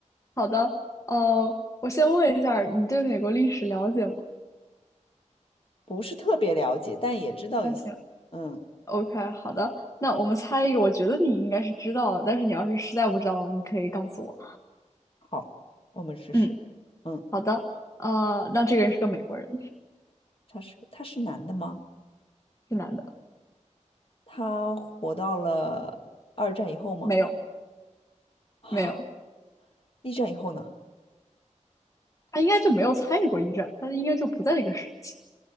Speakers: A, on the left; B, on the left.
A: 好的，呃，我先问一下儿你对美国历史了解吗？
B: 不是特别了解，但也知道一些。
A: 那行。
B: 嗯，
A: OK，好的，那我们猜一个，我觉得你应该是知道的，但是你要是实在不知道，你可以告诉我。
B: 好，我们试试。
A: 嗯，
B: 嗯，
A: 好的，呃，那这个人是个美国人，
B: 他是他是男的吗？
A: 是男的，
B: 他活到了二战以后吗？
A: 没有，
B: 啊，
A: 没有，
B: 一战以后呢？
A: 他应该就没有参与过一战，他应该就不在这个时期，